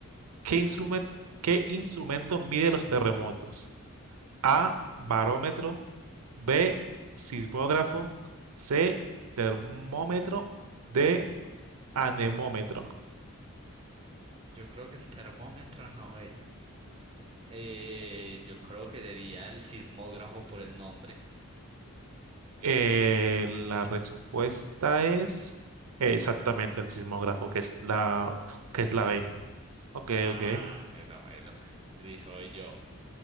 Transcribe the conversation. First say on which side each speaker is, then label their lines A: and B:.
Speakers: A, on the right; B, on the right.
A: ¿qué instrumento, qué instrumento mide los terremotos? A, barómetro, B, sismógrafo, C, termómetro, D, anemómetro.
B: Yo creo que el termómetro no es. Eh, yo creo que sería el sismógrafo por el nombre.
A: Eh, la respuesta es eh, exactamente el sismógrafo, que es la, que es la B. Ok,
B: Ah,
A: ok.
B: melo, melo. Di, soy yo.